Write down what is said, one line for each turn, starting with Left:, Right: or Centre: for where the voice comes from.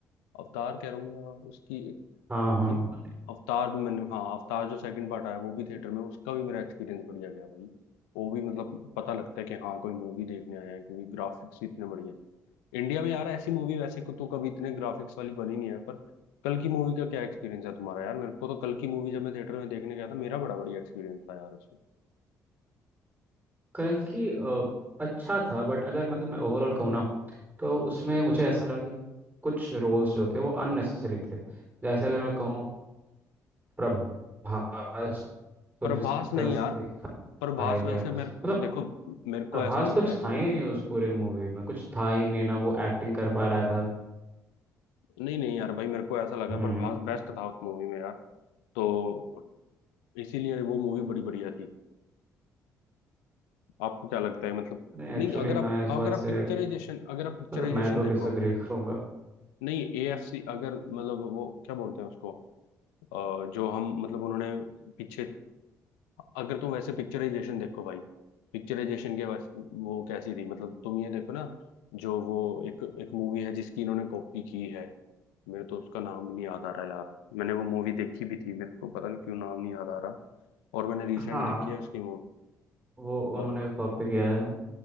Left: अवतार कह रहा हूँ या उसकी एक-
Right: हाँ हाँ
Left: इन अवतार भी मैंने हाँ अवतार जो सेकंड पार्ट आया वो भी थिएटर में उसका भी मेरा एक्सपीरियंस बढ़िया गया भाई वो भी मतलब पता लगता है कि हाँ कोई मूवी देखने आए हैं क्योंकि ग्राफिक्स इतने बढ़िया हैं इंडिया में यार ऐसी मूवी वैसे को तो कभी इतने ग्राफिक्स वाली बनी नहीं है पर कल की मूवी का क्या एक्सपीरियंस है तुम्हारा यार मेरे को तो कल की मूवी जब मैं थिएटर में देखने गया था मेरा बड़ा बढ़िया एक्सपीरियंस था यार उसमें
Right: कल की अ, अच्छा था बट अगर मतलब मैं ओवरऑल कहूँ ना तो उसमें मुझे ऐसा लगा कि कुछ रोल्स जो थे वो अननेसेसरी थे जैसे अगर मैं कहूँ प्रभास को
Left: प्रभास
Right: जिस तरह
Left: नहीं यार
Right: से दिखाया
Left: प्रभास
Right: गया
Left: वैसे
Right: मतलब
Left: मेरे देखो
Right: प्रभास
Left: मेरे को ऐसा लगता
Right: कुछ
Left: है
Right: था ही नहीं उस पूरी मूवी में कुछ था ही नहीं ना वो एक्टिंग कर पा रहा था
Left: नहीं नहीं यार भाई मेरे को ऐसा लगा
Right: हम्म
Left: प्रभास बेस्ट था उस मूवी में यार तो इसीलिए वो मूवी बड़ी बढ़िया थी आपको क्या लगता है मतलब
Right: नहीं
Left: नहीं
Right: एक्चुअली
Left: अगर आप
Right: मैं इस
Left: अगर
Right: बात से
Left: आप पिक्चराइजेशन अगर आप पिक्चराइजेशन
Right: मतलब मैं तो
Left: देखो
Right: डिसएग्री <laughs> करूंगा
Left: नहीं एएफसी अगर मतलब वो क्या बोलते हैं उसको अ, जो हम मतलब उन्होंने पीछे अगर तुम वैसे पिक्चराइजेशन देखो भाई पिक्चराइजेशन के वैसे वो कैसी थी मतलब तुम ये देखो ना जो वो एक एक मूवी है जिसकी इन्होंने कॉपी की है मेरे तो उसका नाम ही नहीं याद आ रहा यार मैंने वो मूवी देखी भी थी मेरे को पता नहीं क्यों नाम नहीं याद आ रहा और मैंने रिसेंट
Right: हाँ
Left: देखी है उसकी
Right: वो
Left: मूवी
Right: उन्होंने कॉपी किया है